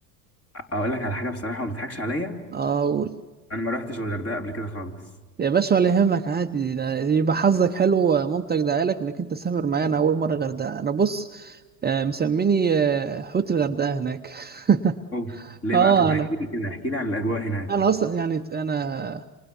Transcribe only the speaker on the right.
اه قول
يا باشا ولا يهمك عادي ده يبقى حظك حلو ومامتك دعالك انك انت سافر معانا اول مره غردقه انا بص آه، مسميني آه، حوت الغردقه هناك <laughs>
اه
انا
انا اصلا يعني انا